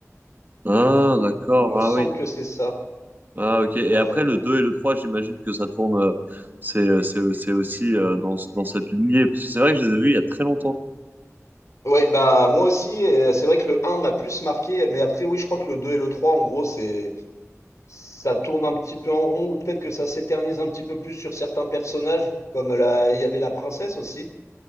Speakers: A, on the right; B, on the left.
A: Ah d'accord,
B: Il me
A: ah
B: semble
A: oui.
B: que c'est ça.
A: Ah, ok. Et
B: Ouais.
A: après,
B: ouais.
A: le 2 et le 3 j'imagine que ça tourne. euh, C'est, c'est, c'est aussi euh, dans, dans cette lignée. Parce que c'est vrai que je les ai vus il y a très longtemps.
B: Ouais, bah moi aussi, et c'est vrai que le un m'a plus marqué, mais après oui, je crois que le 2 et le 3, en gros, c'est ça tourne un petit peu en rond, ou peut-être que ça s'éternise un petit peu plus sur certains personnages, comme la... il y avait la princesse aussi.